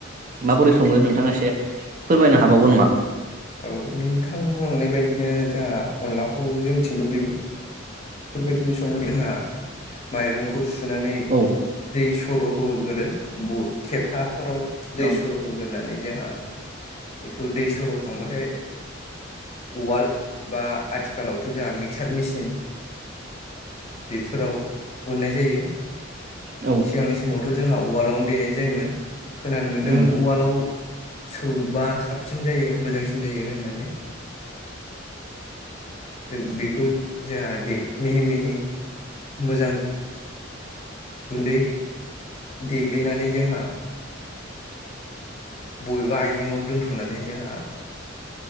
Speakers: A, on the right; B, on the left.
A: माबोरै सङो नोंथाङा एसे फोरमायनो हाबावगोन नामा?
B: औ नोंथां बुंनाय बायदिनो जाहा अनलाखौ जोंथिंबो बे फोरबायदिनो सङो जोंहा माइरंखौ सुनानै
A: औ
B: दै सर' होगोरो ब' खेरखाफोराव दै
A: औ
B: सर' होगोरनानै जाहा बेखौ दै सर'खांबाथाय उवाल बा आथिखालावथ' जाहा मिक्सार मेसिन बेफोराव उननाय जायो
A: औ
B: सिगांनि स समावथ' जोंहा उवालावनो देनाय जायोमोन खोनानो मोन्दों
A: उम
B: उवालाव सौबा साबसिन जायो मोजांसिन जायो होननानै। रोग बेखौ जाहा देख मिहि मिहि मोजां गुन्दै देग्लिनानै जोंहा बबेबा आइजेंआव दोनथ'नानै जोंहा